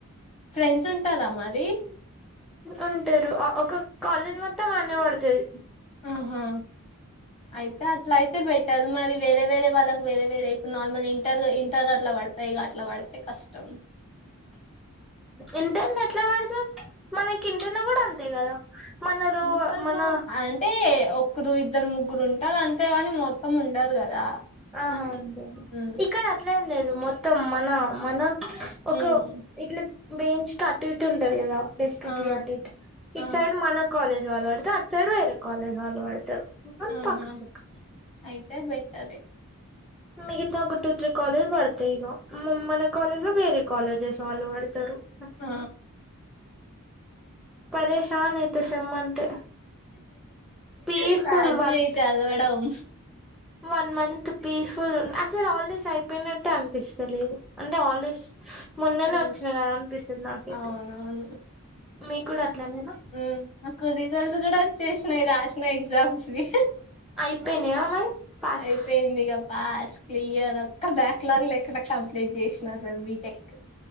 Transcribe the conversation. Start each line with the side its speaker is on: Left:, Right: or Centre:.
Left: ఫ్రెండ్స్ ఉంటారా మరి
Centre: ఉంటారు ఒక కాలేజ్ మొత్తం ఆన్న పడుతుంది
Left: ఆహా అయితే అట్లా అయితే పెట్ ఇారు మరి వేరే వేరే వాళ్ళకి వేరే వేరే ఇప్పు నార్మల్ ఇంటర్గా ఇంటర్ అట్లా పడతాయి ఇక అట్లా పడితే కష్టం
Centre: <inaudible> ఇంటర్లో ఎట్లా పెడతావ్ మనకి ఇంటర్లో కూడా అంతే కదా మన రో
Left: ఇంటర్
Centre: మన
Left: లో అంటే ఒక్కరు ఇద్దరు ముగ్గురు ఉంటారు అంతేగాని మొత్తం ఉండరు కదా
Centre: ఆహా ఉంది
Left: హ్మ్
Centre: ఇక్కడ అట్లేం లేదు మొత్తం మన మన
Left: హ్మ్
Centre: ఒక ఇట్లా వేయించ్ కట్టు ఇట్టు ఉంటది కదా డెస్క్
Left: ఆ
Centre: కియట్ ఇటు
Left: ఆ
Centre: సైడ్ మన కాలేజ్ వాళ్ళు వాడతారు అటు సైడ్ వేరే కాలేజ్ వాళ్ళు వాడతారు
Left: ఆహా
Centre: పక్క పక్క
Left: అయితే బెటరే
Centre: మిగతా ఒక టూ త్రీ కాలేజ్ పడతాయి ఇక మన కాలేజ్ లో వేరే కాలేజెస్ వాళ్ళు పడతారు ఎప్పుడు
Left: ఆ
Centre: పేషాన్ అయితే సేమ్ అంటే పీస్ఫుల్
Left: స్టార్ట్
Centre: వ
Left: చెయ్ చదవడం
Centre: వన్ మంత్ పీస్ఫుల్ అసార్ హాలిడేస్ అయిపోయినట్టటు అనిపిస్తలేదు అంటే హాలిడేస్ మొన్నేనే
Left: హ్మ్
Centre: వచ్చినాయి కదా అనిపిస్తుంది నాకైతే
Left: అవునవును
Centre: మీ కూడా అట్లానేేనా
Left: హ్మ్ మాకు రిజల్ట్స్ కూడా వచ్చేసినాయి రాసిన ఎగ్జామ్స్ ని
Centre: అయిపోయినాయ మరి పాస్
Left: అయిపోయిందిగా పాస్ క్లియర్ అక్క బ్యాక్లాగ్ లేకుండా కంప్లీట్ చేసినా సార్ బీటెక్